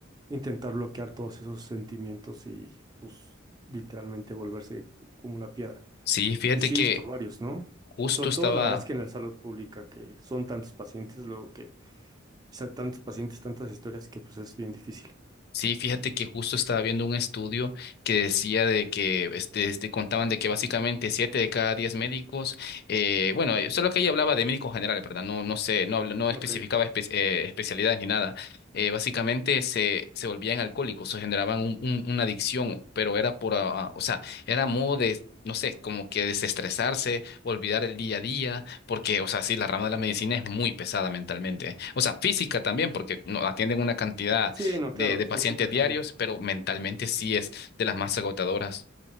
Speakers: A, on the right (about 20°); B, on the left (about 55°).
A: intentar bloquear todos esos sentimientos y pues literalmente volverse cu- como una piedra.
B: Sí, fíjate
A: Y sí
B: que
A: he visto varios, ¿no?
B: justo
A: Sobre
B: estaba
A: todo la verdad es que en la salud pública, que son tantos pacientes, luego que quizá tantos pacientes, tantas historias que pues es bien difícil.
B: Sí, fíjate que justo estaba viendo un estudio que decía de que este, este, contaban de que básicamente siete de cada diez médicos, eh, bueno, eh, solo que ella hablaba de médicos generales, ¿verdad? No, no sé, no, habla- no
A: Ok.
B: especificaba espe- eh, especialidades ni nada. Eh, básicamente se, se volvían alcohólicos o generaban un- un- una adicción, pero era por, ah, ah, o sea, era modo de, no sé, como que desestresarse, olvidar el día a día, porque, o sea, sí, la rama de la medicina es muy pesada mentalmente. O sea, física también, porque no, atienden una cantidad
A: Sí, no,
B: de,
A: claro,
B: de
A: física
B: pacientes
A: también.
B: diarios, pero mentalmente sí es de las más agotadoras.